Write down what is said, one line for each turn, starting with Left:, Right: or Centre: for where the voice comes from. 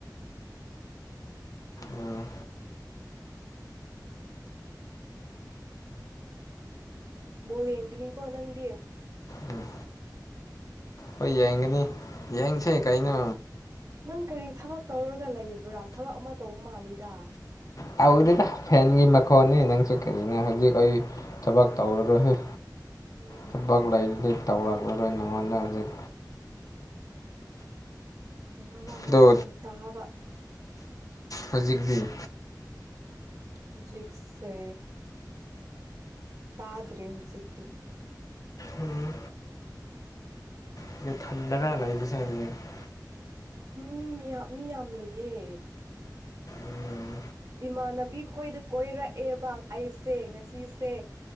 Left: ꯑꯝ
Right: ꯕꯣꯜ ꯌꯦꯡꯒꯅꯤꯀꯣ ꯅꯪꯗꯤ
Left: ꯎꯝ ꯍꯣꯏ ꯌꯦꯡꯒꯅꯤ ꯌꯦꯡꯁꯦ ꯀꯩꯅꯣ
Right: ꯅꯪ ꯀꯔꯤ ꯊꯕꯛ ꯇꯧꯔꯒ ꯂꯩꯕ꯭ꯔꯥ ꯊꯕꯛ ꯑꯃ ꯇꯧꯕ ꯃꯥꯜꯂꯤꯗ
Left: ꯇꯧꯗꯦꯗ ꯐꯦꯟꯒꯤ ꯃꯈꯣꯟꯅꯦ ꯅꯪꯁꯨ ꯀꯔꯤꯅꯣ ꯍꯧꯖꯤꯛ ꯑꯩ ꯊꯕꯛ ꯇꯧꯔꯔꯣꯏꯣꯏ
Right: ꯎꯝ
Left: ꯊꯕꯛ ꯂꯩꯗꯒꯤ ꯇꯧꯔꯛꯂꯔꯣꯏ ꯅꯉꯣꯟꯗ ꯍꯧꯖꯤꯛ
Right: ꯀꯩꯅꯣꯝꯃ ꯃꯈꯣꯟ
Left: ꯑꯗꯣ
Right: ꯇꯥꯕ
Left: ꯍꯧꯖꯤꯛꯇꯤ
Right: ꯍꯧꯖꯤꯛꯁꯦ ꯇꯥꯗ꯭ꯔꯦ ꯍꯧꯖꯤꯛꯇꯤ
Left: ꯎꯝ <unintelligible>
Right: ꯃꯤ ꯃꯌꯥ ꯃꯤ ꯌꯥꯝ ꯂꯩꯌꯦ
Left: ꯎꯝ
Right: ꯏꯃꯥꯟꯅꯕꯤ ꯈꯣꯏꯗ ꯀꯣꯏꯔꯛꯑꯦꯕꯪ ꯑꯩꯁꯦ ꯉꯁꯤꯁꯦ